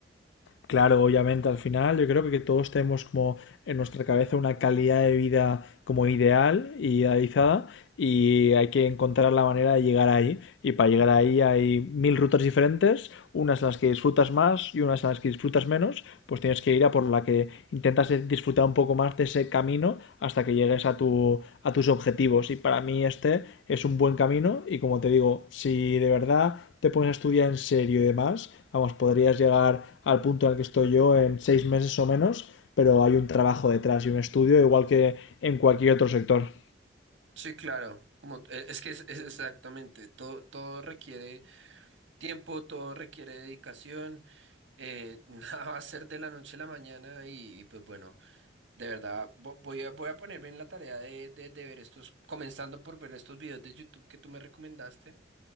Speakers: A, on the left; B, on the right.
A: Claro, obviamente al final yo creo que todos tenemos como en nuestra cabeza una calidad de vida como ideal y idealizada y hay que encontrar la manera de llegar ahí. Y para llegar ahí hay mil rutas diferentes, unas en las que disfrutas más y unas en las que disfrutas menos, pues tienes que ir a por la que intentas disfrutar un poco más de ese camino hasta que llegues a, tu, a tus objetivos. Y para mí este es un buen camino y como te digo, si de verdad te pones a estudiar en serio y demás, vamos, podrías llegar al punto al que estoy yo en seis meses o menos, pero hay un trabajo detrás y un estudio igual que en cualquier otro sector.
B: Sí, claro. Como, e- es que es, es exactamente, todo, todo requiere tiempo, todo requiere dedicación, eh, <laughs> nada va a ser de la noche a la mañana y, y pues bueno, de verdad vo- voy a, voy a ponerme en la tarea de, de, de ver estos, comenzando por ver estos videos de YouTube que tú me recomendaste,